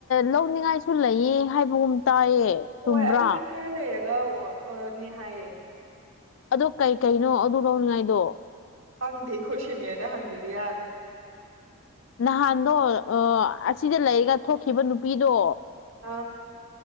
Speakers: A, on the left; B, on the right.
A: ꯂꯧꯅꯤꯡꯉꯥꯏꯁꯨ ꯂꯩꯌꯦ ꯍꯥꯏꯕꯒꯨꯝ ꯇꯥꯏꯌꯦ
B: ꯍꯣꯏ
A: ꯆꯨꯝꯕ꯭ꯔꯥ
B: ꯑꯗꯨꯗꯤ ꯈꯔ ꯂꯩꯔꯒꯅꯦ ꯑꯥꯅꯦ ꯍꯥꯏꯌꯦ
A: ꯑꯗꯨ ꯀꯩ ꯀꯩꯅꯣ ꯑꯗꯨ ꯂꯧꯅꯤꯡꯉꯥꯏꯗꯣ
B: ꯍꯪꯗ ꯑꯈꯣꯏ ꯁꯦꯅꯤꯌꯔꯗ ꯍꯪꯗ꯭ꯔꯗꯤ ꯌꯥꯔꯣ
A: ꯅꯍꯥꯟꯗꯣ ꯑꯥ ꯑꯁꯤꯗ ꯂꯩꯔꯒ ꯊꯣꯛꯈꯤꯕ ꯅꯨꯄꯤꯗꯣ
B: ꯑꯥ